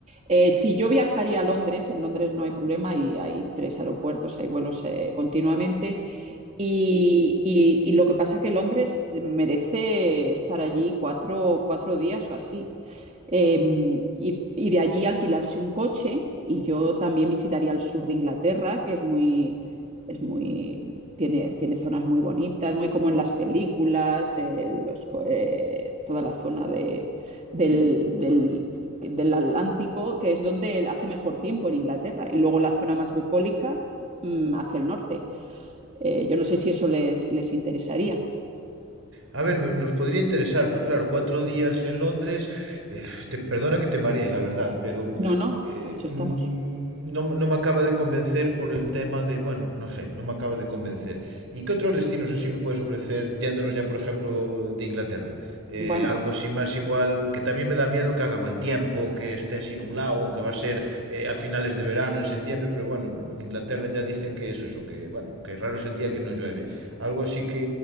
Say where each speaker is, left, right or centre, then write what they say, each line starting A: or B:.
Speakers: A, on the right (about 35°); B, on the right (about 75°).
A: Eh, si yo viajaría a Londres, en Londres no hay problema y hay tres aeropuertos, hay vuelos eh, continuamente y, y- y lo que pasa que Londres merece estar allí cuatro, cuatro días o así. Eh, y, y de allí alquilarse un coche y yo también visitaría el sur de Inglaterra, que es muy, es muy, tiene, tiene zonas muy bonitas, muy como en las películas, eh, los co- eh, toda la zona de, del, del- del Atlántico, que es donde hace mejor tiempo en Inglaterra, y luego la zona más bucólica, mm, hacia el norte. Eh, yo no sé si eso les, les interesaría.
B: A ver, me- nos podría interesar, pero claro, cuatro días en Londres, eh, te, perdona que te maree, la verdad, pero
A: No, no,
B: eh,
A: para eso
B: mm,
A: estamos.
B: no, no me acaba de convencer por el tema de, bueno, no sé, no me acaba de convencer. ¿Y qué otros destinos así me puedes ofrecer yéndonos ya, por ejemplo, de Inglaterra? Eh,
A: Bueno,
B: algo así más igual igual, que también me da miedo que haga mal tiempo, que esté así nublado, aunque va a ser eh, a finales de verano, en septiembre, pero bueno, en Inglaterra ya dicen que es eso, que bueno, que raro es el día que no llueve. Algo así que,